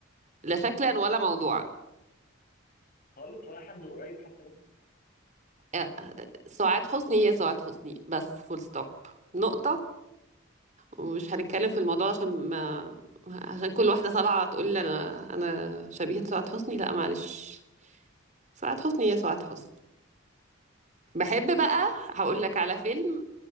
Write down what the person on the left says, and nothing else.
خالص ولا حد قريب حتى منها
طب